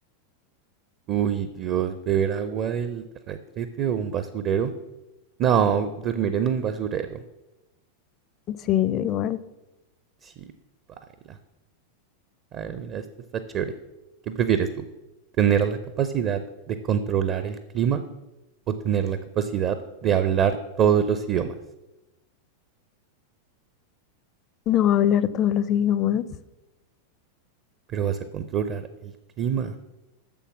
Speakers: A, on the right (about 35°); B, on the left (about 30°).
A: Uy, Dios, beber agua del retrete o un basurero. No, dormir en un basurero.
B: Sí, yo igual.
A: Sí, baila. A ver, mira, esto está chévere. ¿Qué prefieres tú? ¿Tener la capacidad de controlar el clima o tener la capacidad de hablar todos los idiomas?
B: No hablar todos los idiomas.
A: Pero vas a controlar el clima.